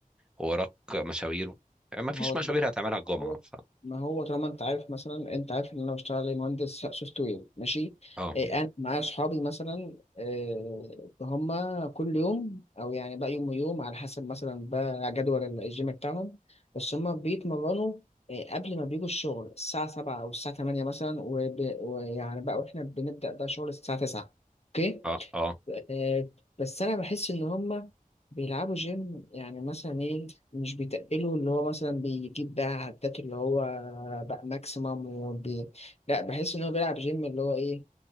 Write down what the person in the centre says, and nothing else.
وراك مشاوير يعني ما
فيش
مشاوير هتعملها الجمعه
ف...
اه
اه اه